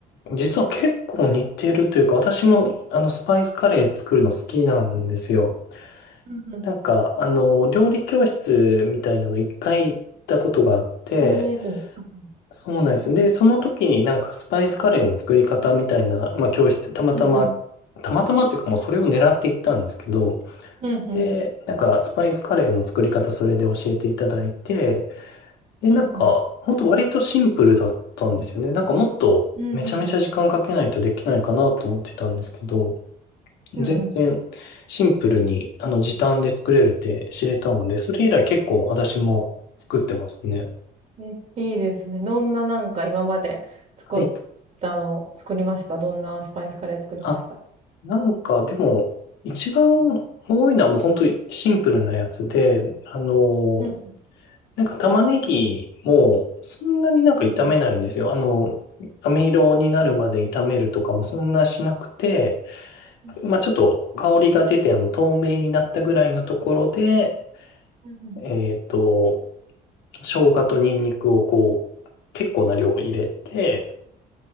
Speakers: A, on the left (about 85°); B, on the right (about 45°).
A: 実は結構似てるというか、私も、あの、スパイスカレー作るの好きなんですよ。
B: うんうん。
A: なんか、あの、料理教室みたいなの一回行ったことがあって、
B: ええお、そっか。
A: そうなんです。で、その時になんかスパイスカレーの作り方みたいな、まあ、教室、たまたま、
B: うんうん。
A: たまたまっていうかもうそれを狙って行ったんですけど、
B: うんうん。
A: で、なんか、スパイスカレーの作り方それで教えていただいて、で、
B: うん、
A: なんか、
B: うん、
A: ほんと割とシンプルだったんですよね。なんかもっとめちゃめちゃ時間かけないとできないかなと思ってたんですけど、
B: うん、うん、
A: 全然シンプルにあの時短で作れるって知れたので、
B: うん、うん。
A: それ以来結構私も作ってますね。
B: うんえー、えいいですね。どんななんか今まで作っ
A: はい。
B: たの、作りましたどんなスパイスカレー作りました
A: あ、なんかでも、一番多いのはもう本当にシンプルなやつで、あの
B: うん、
A: なんか玉ねぎもそんなになんか炒めないんですよ。
B: うん、うん、
A: あの、飴色になるまで炒めるとかもそんなしなくて、
B: うん、
A: まあちょっと香りが出てあの透明になったぐらいのところで、
B: うん、
A: えっと、生姜とニンニクをこう、結構な量入れて、